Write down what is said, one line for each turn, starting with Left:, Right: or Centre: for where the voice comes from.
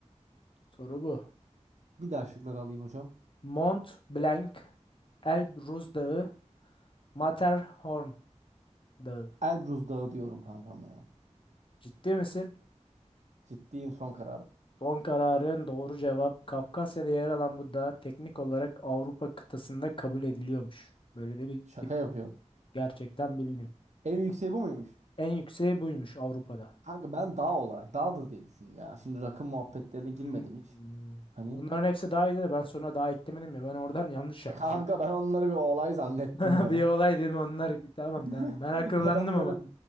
Left: Soru bu.
Right: Bir daha şıkları alayım hocam.
Left: Mont Blanc, Elbrus Dağı, Matterhorn Dağı.
Right: Elbruz Dağı diyorum kankam ya.
Left: Ciddi misin?
Right: Ciddiyim son kararım.
Left: Son kararın doğru cevap Kafkasya'da yer alan bu dağ teknik olarak Avrupa kıtasında kabul ediliyormuş. Böyle de bir
Right: Şaka
Left: tip
Right: yapıyorum.
Left: gerçekten bildin.
Right: En yükseği bu muymuş?
Left: En yükseği buymuş Avrupa'da.
Right: Kanka ben dağ olarak dağdır diye düşündüm ya. Şimdi rakım muhabbetlerine girmedim
Left: Hmm.
Right: hiç. Hani
Left: Bunların hepsi daha iyiydi de ben sonra daha eklemedim ya ben oradan yanlış yapmışım.
Right: e kanka ben onları bir olay zannettim
Left: <laughs>
Right: ya.
Left: Bir olay değil mi onlar? Tamam
Right: <laughs>
Left: tamam ben akıllandım
Right: Ben onları
Left: ama.